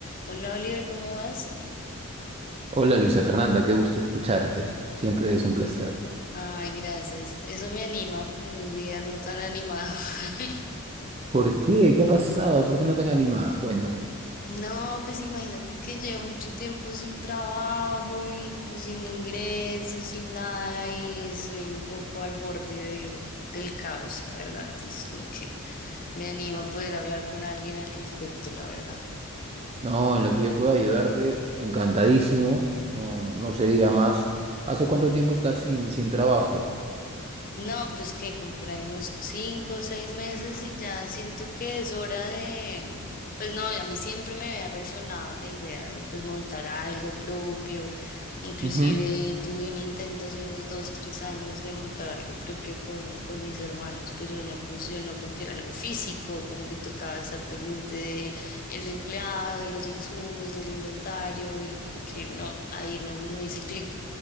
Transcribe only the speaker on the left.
Hola Oliver, ¿cómo vas?
Ay, gracias. Eso me anima en un día no tan animado. <laughs>
No, pues imagínate que llevo mucho tiempo sin trabajo y como sin ingresos, sin nada y estoy un poco al borde del, del caos, la verdad. Entonces como que me anima poder hablar con alguien al respecto, la verdad.
No, pues que compré unos cinco o seis meses y ya siento que es hora de, pues no, a mí siempre me había resonado la idea de pues montar algo propio, inclusive
tuve un intento hace unos dos, tres años de montar algo propio con, con mis hermanos, pero no funcionó porque era algo físico, como que tocaba estar pendiente de el empleado, de los insumos, del inventario y como que no, ahí no, no hice clic.